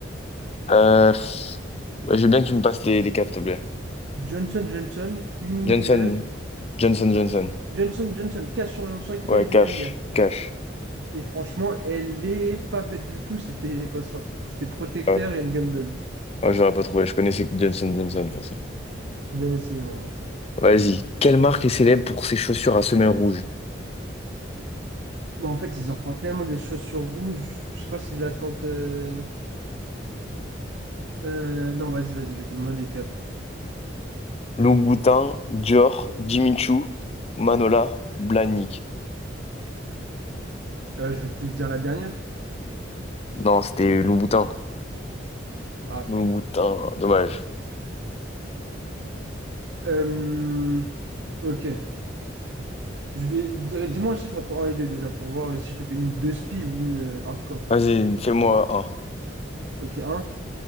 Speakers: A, on the left; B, on the right.
A: Euh, pff, ouais, je veux bien que tu me passes les, les quatre, s'il te plaît.
B: Johnson Johnson, Unilever,
A: Johnson, Johnson, Johnson.
B: Johnson Johnson, cash sur, sans écouter
A: Ouais,
B: les deux
A: Cash,
B: dernières.
A: Cash.
B: Et franchement, elle est pas belle du tout, c'était pas ça. C'était Protecteur
A: Ouais,
B: et Gumball.
A: ouais, j'aurais pas trouvé. Je connaissais que Johnson, Johnson, de toute façon.
B: Bien essayé en vrai.
A: Vas-y. Quelle marque est célèbre pour ses chaussures à semelles rouges?
B: Bon, en fait, ils en font tellement des choses sur rouge, je sais pas si l'attente. Euh... euh, non, vas-y, vas-y, je vais te demander les quatre.
A: Louboutin, Dior, Jimmy Choo, Manola, Blahnik.
B: Euh, je vais te dire la dernière.
A: Non, c'était Louboutin.
B: Ah
A: Louboutin,
B: putain.
A: dommage.
B: Euh, ok. Je vais dire, dis-moi un chiffre entre un et 2 déjà pour voir si je te fais une 2 spi ou une euh, hardcore.
A: Vas-y, fais-moi un.
B: Ok, Un.